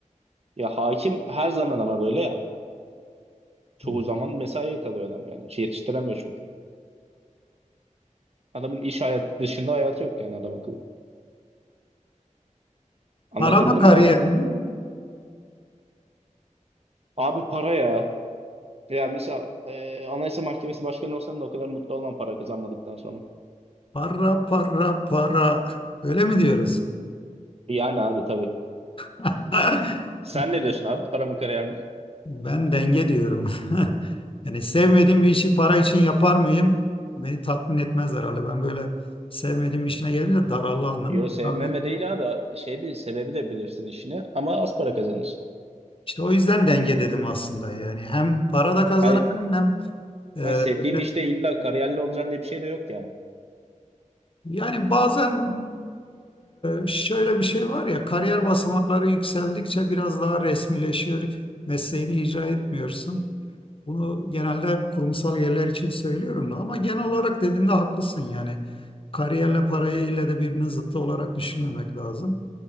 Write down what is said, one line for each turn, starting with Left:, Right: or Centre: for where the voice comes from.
Right: Ya hakim her zaman ama böyle ya. Çoğu
Left: Hı.
Right: zaman mesaiye kalıyor adam yani. Hiç yetiştiremiyor çünkü. Adamın iş hayat dışında hayatı yok yani adam akıllı. Anlatabildim
Left: Para mı kariyer
Right: mi abi?
Left: mi?
Right: Abi para ya. Ya mesela e, Anayasa Mahkemesi başkanı olsam da o kadar mutlu olmam para kazanmadıktan sonra.
Left: Para para para. Öyle mi diyoruz?
Right: Yani abi tabii.
Left: <laughs>
Right: Sen
Left: İnşallah
Right: ne diyorsun abi? Para mı kariyer mi?
Left: Ben denge diyorum. <laughs> Yani sevmediğim bir işi para için yapar mıyım? Beni tatmin etmez herhalde. Ben böyle sevmediğim işine gelince darallanım.
Right: Yo sevmeme
Left: Herhalde
Right: değil abi. Şey değil sebebi de bilirsin işini ama az para kazanırsın.
Left: işte o yüzden denge dedim aslında. Yani hem para da kazanacağım
Right: Hayır.
Left: hem e,
Right: ha, sevdiğin
Left: böyle
Right: işte illa kariyerli olacaksın diye bir şey de yok yani.
Left: yani bazen e, şöyle bir şey var ya kariyer basamakları yükseldikçe biraz daha resmileşiyor. Mesleğini icra etmiyorsun. Bunu genelde kurumsal yerler için söylüyorum da ama genel olarak dediğinde haklısın yani. Kariyerle parayı ile de birbirinin zıttı olarak düşünmemek lazım.